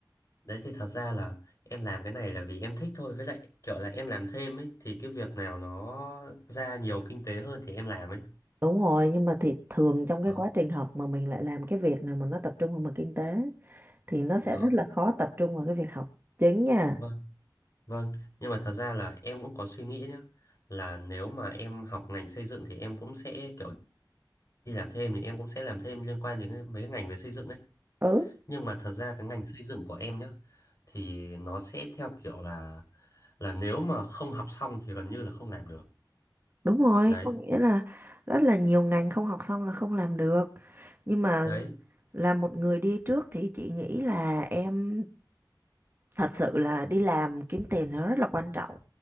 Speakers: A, on the left; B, on the right.
A: đấy thì thật ra là em làm cái này là vì em thích thôi với lại kiểu là em làm thêm ấy thì cái việc nào nó ra nhiều kinh tế hơn thì em làm ấy.
B: đúng rồi nhưng mà thì thường trong cái
A: Đó.
B: quá trình học mà mình lại làm cái việc nào mà nó tập trung vào mặt kinh tế thì nó sẽ
A: Đó.
B: rất là khó tập trung vào cái việc học chính nha
A: Vâng, vâng, nhưng mà thật ra là em cũng có suy nghĩ nhá là nếu mà em học ngành xây dựng thì em cũng sẽ kiểu đi làm thêm thì em cũng sẽ làm thêm liên quan đến cái- mấy cái ngành về xây dựng ấy.
B: ừ
A: Nhưng mà thật ra cái ngành xây dựng của em nhá thì nó sẽ theo kiểu là là nếu mà không học xong thì gần như là không làm được.
B: Đúng rồi,
A: Đấy,
B: có nghĩa là rất là nhiều ngành không học xong là không làm được. Nhưng mà
A: đấy,
B: là một người đi trước thì chị nghĩ là em thật sự là đi làm kiếm tiền nó rất là quan trọng.